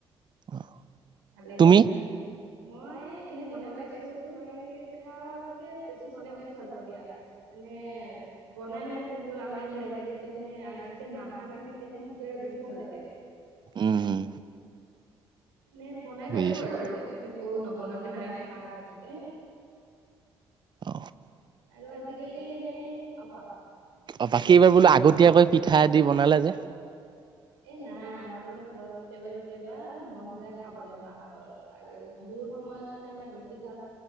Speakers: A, on the right; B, on the right.
A: <inaudible>
B: ভালে
A: তুমি
B: দিয়া মই এনে বনাই পাইছোঁ মই খাওঁৱাতকে বেছি বনাই বেছি ভাল পাওঁ দিয়া মানে বনাই মানে যোনটো আমেজ লাগে, তেতিয়া মানে আৰু যেতিয়া নাভাঙে! সেইখন তেতিয়া আৰু বেছি ভাল লাগে।
A: উম উম!
B: এনে বনাই
A: বুজিছো
B: পাইছো বাৰু এ-একো নবনোৱাকে নাই থকা আজিলৈকে।
A: অ
B: আৰু আজিকালি এনেই, অ', কোৱা?
A: অ বাকী এইবাৰ বোলো আগতীয়াকৈ পিঠায়ে দি বনালা যে!
B: এ নাই আমাৰ মানে ঘৰত কেতিয়াবা কেতিয়াবা মন যায় খাবলৈ মাহঁতৰ আৰু বিহুৰ সময়ত মানে আমাৰ বেছি ভাগ